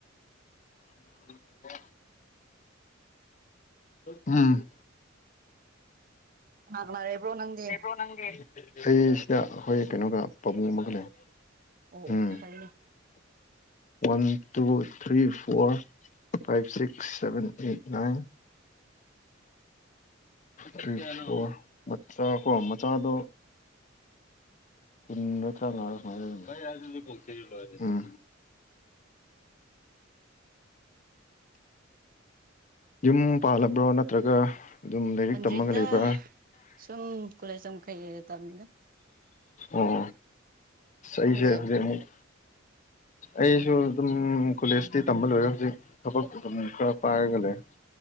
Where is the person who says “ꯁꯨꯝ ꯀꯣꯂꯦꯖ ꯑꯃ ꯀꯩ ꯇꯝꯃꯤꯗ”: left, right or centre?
Right